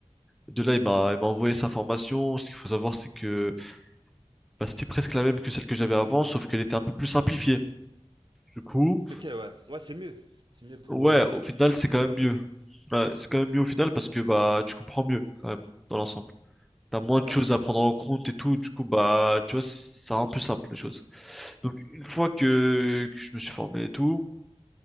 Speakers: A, in the centre; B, on the right.
A: De là, il m'a, il m'a envoyé sa formation. Ce qu'il faut savoir, c'est que bah, c'était presque la même que celle que j'avais avant, sauf qu'elle était un peu plus simplifiée. Du coup,
B: Ok, ouais. Ouais, c'est mieux. C'est mieux pour
A: ouais,
B: euh,
A: au final, c'est
B: développer.
A: quand même mieux. Ouais, c'est quand même mieux au final parce que bah tu comprends mieux quand même dans l'ensemble. T'as moins de
B: Ouais.
A: choses à prendre en compte et tout, du coup bah tu vois, ça rend plus simple les choses. Donc une fois que, que je me suis formé et tout,